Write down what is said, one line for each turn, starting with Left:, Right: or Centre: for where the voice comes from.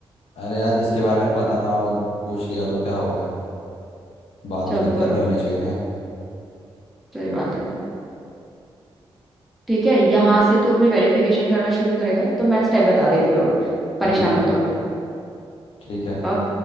Left: अरे यार जिसके बारे में पता ना हो पूछ लिया तो क्या हो गया बाद में
Centre: चल
Left: दिक्कत
Centre: करो
Left: नहीं होनी चाहिए ना
Centre: सही बात है ठीक है यहाँ से तू अपनी वेरिफिकेशन करना शुरू करेगा तो मैं स्टेप बता देती हूँ अब परेशान
Left: हम्म
Centre: मत हो
Left: ठीक है
Centre: अ,